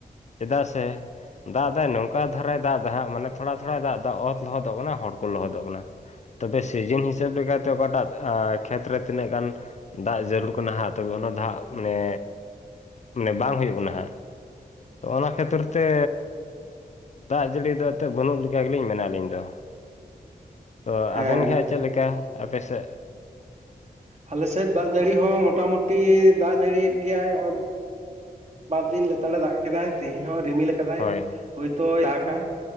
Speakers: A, on the left; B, on the right.
A: ᱪᱮᱫᱟᱜ ᱥᱮ ᱫᱟᱜ ᱫᱟᱭ ᱱᱚᱝᱠᱟ ᱫᱷᱟᱨᱟᱭ ᱫᱟᱜ ᱫᱟ, ᱢᱟᱱᱮ ᱛᱷᱚᱲᱟ ᱛᱷᱚᱲᱟᱭ ᱫᱟᱜ ᱫᱟ, ᱚᱛ ᱞᱚᱦᱚᱫᱚᱜ ᱠᱟᱱᱟ, ᱦᱚᱲ ᱠᱚ ᱞᱚᱦᱚᱫᱚᱜ ᱠᱟᱱᱟ ᱾ ᱛᱚᱵᱮ ᱥᱤᱡᱤᱱ ᱦᱤᱥᱟᱹᱵ ᱞᱮᱠᱟ ᱛᱮ, ᱚᱠᱟᱴᱟᱜ ᱠᱷᱮᱛ ᱨᱮ ᱛᱤᱱᱟᱹᱜ ᱜᱟᱱ ᱫᱟᱜ ᱡᱟᱹᱨᱩᱲ? ᱱᱟᱦᱟᱜ ᱛᱚᱵᱮ ᱚᱱᱟ ᱫᱷᱟᱜ ᱢᱟᱱᱮ ᱢᱟᱱᱮ ᱵᱟᱝ ᱦᱩᱭᱩᱜ ᱠᱟᱱᱟ ᱦᱟᱸᱜ ᱛᱚ᱾ ᱚᱱᱟ ᱠᱷᱟᱹᱛᱤᱨ ᱛᱮ ᱫᱟᱜ ᱡᱟᱹᱲᱤ ᱫᱚ ᱮᱱ ᱛᱮᱫ ᱵᱟᱹᱱᱩᱜ ᱞᱮᱠᱟ ᱜᱮᱞᱤᱧ ᱢᱮᱱᱟ ᱟᱹᱞᱤᱧ ᱫᱚ ᱾ ᱛᱚ
B: ᱦᱮᱸ
A: ᱟᱵᱮᱱ ᱜᱮᱦᱟᱸᱜ, ᱪᱮᱫ ᱞᱮᱠᱟ ᱟᱯᱮᱥᱮᱜ?
B: ᱟᱞᱮ ᱥᱮᱫ ᱫᱟᱜ ᱡᱟᱹᱲᱤ ᱦᱚᱸ ᱢᱚᱴᱟᱢᱩᱴᱤ ᱫᱟᱜ ᱡᱟᱹᱲᱤᱭᱮᱫ ᱜᱮᱭᱟᱭ ᱾ ᱦᱚᱸᱜᱼᱚᱭ ᱵᱟᱨ ᱫᱤᱱ ᱞᱮᱛᱟᱲᱮ ᱫᱟᱜ ᱠᱮᱫᱟᱭ᱾ ᱛᱮᱦᱮᱧ ᱦᱚᱸ ᱨᱤᱢᱤᱞ ᱠᱟᱫᱟᱭ
A: ᱦᱳᱭ
B: ᱦᱚᱭᱛᱳ ᱫᱟᱜᱟᱭ᱾